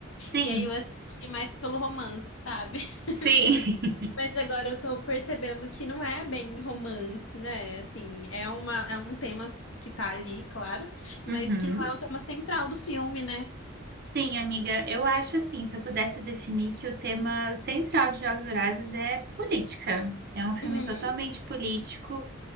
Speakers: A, on the right; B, on the left.
A: sim,
B: e aí eu assisti mais pelo romance, sabe? <laughs>
A: sim.
B: Mas agora eu tô percebendo que não é bem romance, né? Assim, é uma, é um tema que tá ali, claro, mas
A: <laughs> Uhum.
B: que não é o tema central do filme, né?
A: Sim, amiga, eu acho assim, se eu pudesse definir que o tema central de Jogos Vorazes é política. É um filme
B: Uhum.
A: totalmente político